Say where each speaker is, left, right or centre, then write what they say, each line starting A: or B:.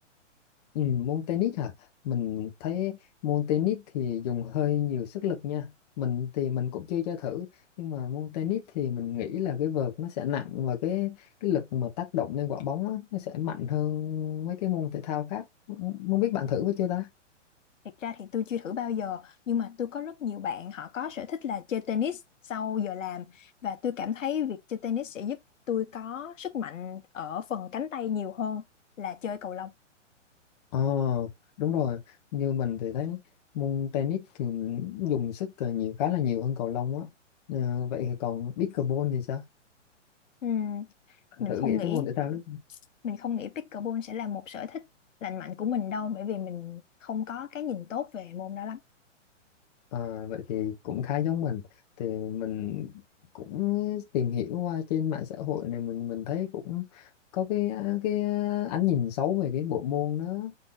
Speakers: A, on the left; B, on the left.
A: Ừ, môn tennis hả? Mình thấy môn tennis thì dùng hơi nhiều sức lực nha. Mình thì mình cũng chưa cho thử nhưng mà môn tennis thì mình nghĩ là cái vợt nó sẽ nặng và cái cái lực mà tác động lên quả bóng á, nó sẽ mạnh hơn mấy cái môn thể thao khác. M- Không biết bạn thử với chưa ta?
B: Thật ra thì tôi chưa thử bao giờ nhưng mà tôi có rất nhiều bạn họ có sở thích là chơi tennis sau giờ làm và tôi cảm thấy việc chơi tennis sẽ giúp tôi có sức mạnh ở phần cánh tay nhiều hơn là chơi cầu lông.
A: Ờ đúng rồi, như mình thì thấy môn tennis thì dùng sức ờ, nhiều khá là nhiều hơn cầu lông á. Ờ, vậy thì còn pickleball thì sao?
B: Ừm,
A: Bạn
B: mình
A: thử
B: không
A: nghĩ
B: nghĩ
A: tới môn thể thao đó
B: mình không nghĩ pickleball sẽ là một sở thích lành mạnh của mình đâu bởi vì mình không có cái nhìn tốt về môn đó lắm.
A: À, vậy thì cũng khá giống mình thì mình cũng tìm hiểu qua trên mạng xã hội này mình mình thấy cũng có cái cái ánh nhìn xấu về cái bộ môn đó